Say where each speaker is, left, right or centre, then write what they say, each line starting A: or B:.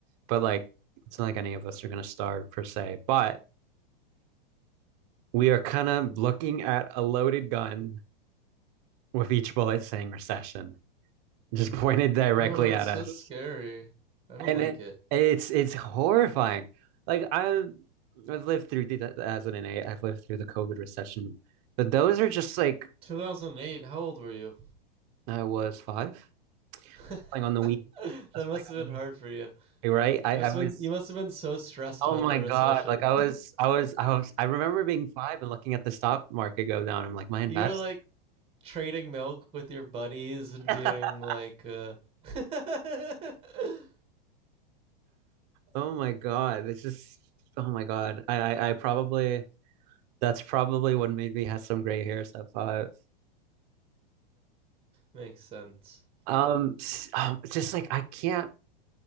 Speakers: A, on the right (about 45°); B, on the right (about 20°).
A: but like it's not like any of us are going to starve per se. But we are kind of looking at a loaded gun with each bullet saying recession, just <laughs> pointed directly
B: I know it's
A: at
B: so
A: us.
B: scary. I don't
A: And
B: like
A: it
B: it.
A: it's it's horrifying. Like i have I've lived through 2008. I've lived through the COVID recession. But those are just like
B: 2008. How old were you?
A: I was five
B: <laughs>
A: playing on the
B: that
A: Wii. I was
B: must
A: playing
B: have
A: on
B: been
A: the Wii.
B: hard for you.
A: Right? I,
B: You
A: I
B: must have
A: was
B: been. You must have been so stressed
A: oh
B: about
A: my
B: the
A: God.
B: recession.
A: Like I was I was I was I remember being five and looking at the stock market go down. I'm
B: <laughs>
A: like, my investments.
B: you were like trading milk with your buddies and
A: <laughs>
B: being like, uh... <laughs>
A: Oh my God. It's just oh my God. I I, I probably that's probably what made me have some gray hairs at five.
B: makes sense.
A: Um, um, just like I can't,